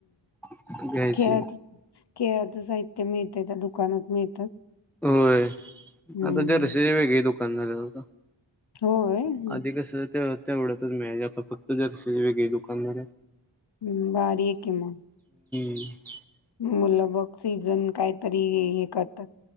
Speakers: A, in the centre; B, on the left.
A: आहेत घ्यायची
B: खेळाचं खेळाचं साहित्य मिळते त्या दुकानात मिळ
A: होय
B: हम्म
A: आता जर्शीची वेगळी दुकान झालेत आत्ता.
B: होय हं.
A: अधिक कस ते तेवढतच मिळायचं आता फक्त जर्शी ची वी दुकान झाल्यात.
B: हम् भारी आहे की मग.
A: हम्
B: मला. बग सीझन काय तरी, हे करतात